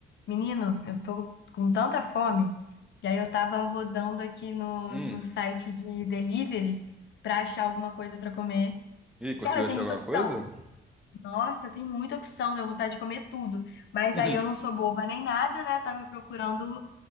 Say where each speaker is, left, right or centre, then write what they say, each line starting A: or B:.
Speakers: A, on the left; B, in the centre.
A: Menino, eu tô com tanta fome. E aí eu tava rodando aqui no,
B: Hum.
A: no site de delivery pra achar alguma coisa pra comer.
B: E
A: E,
B: conseguiu
A: cara, tem
B: achar
A: muita
B: alguma
A: opção.
B: coisa? <laughs>
A: Nossa, tem muita opção, deu vontade de comer tudo. Mas
B: Uhum.
A: aí eu não sou boba nem nada, né? Tava procurando